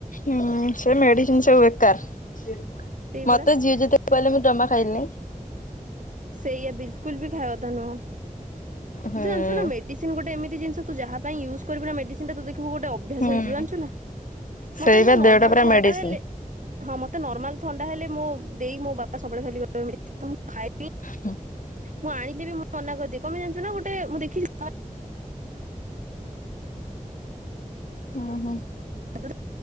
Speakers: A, on the left; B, on the right.
A: ହୁଁ ସେ ମେଡିସିନ ସବୁ ବେକାର
B: ସେଇ
A: ମତେ
B: ପରା।
A: ଯିଏ ଯେତେ କହିଲେ ମୁଁ ଜମା ଖାଇନି
B: ସେଇଆ ବିଲକୁଲ ବି ଖାଇବା କଥା ନୁହଁ
A: ହୁଁ।
B: ତୁ ଜାଣିିଚୁ ନା ମେଡିସିନ ଗୋଟେ ଏମିତି ଜିନିଷ ତୁ ଯହା ପାଇଁ ୟୁଜ୍ କରିବୁ ନା ମେଡିସିନ ଟା ତୁ ଦେଖିବୁ ଅଭ୍ୟାସ
A: ହୁଁ
B: ହେଇଯିବ ଜଣିଛୁ ନା।
A: ସେଇବା
B: ମତେ ଜାଣିଚୁ ନା ନର୍ମାଲ
A: ଦେହଟା ପୁରା
B: ଥଣ୍ଡା
A: ମେଡିସିନ।
B: ହେଲେ ହଁ ମତେ ନର୍ମାଲ ଥଣ୍ଡା ହେଲେ ମୁଁ ଦେଇ ମୋ ବାପା ସବୁବେଳେ ଖାଲି ଖାଇ
A: ହଁ
B: ମୁଁ ଆଣିକି ବି ମନା କଲି କମ୍ପାଇ ଜାଣିଛ ନା ଗୋଟେ ମୁଁ ଦେଖିଛି
A: ହୁଁ ହୁଁ।
B: <unintelligible>